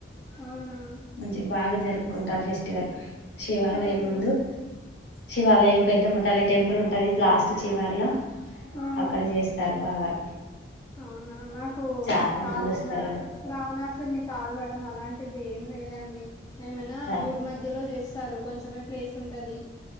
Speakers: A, on the left; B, on the left.
A: అవునా
B: మంచిగ బాగ జరుపుకుంటారు ఫెస్టివల్ శివాలయం
A: ఆహా
B: ముందు శివాలయం పెద్దమ్మ తల్లి టెంపుల్ ఉంటది లాస్ట్ చివార్లో
A: ఆ
B: అక్కడ చేస్తారు బాగా
A: అవునా మా మాకు
B: చాలా
A: కాల్
B: మంది వస్తారు
A: నా రామణాసురిని కాల్వడం అలాంటిది ఏం లేదండి ఏమైనా
B: రా
A: ఊరి మధ్యలో జేస్తారు కొంచమే ప్లేస్ ఉంటది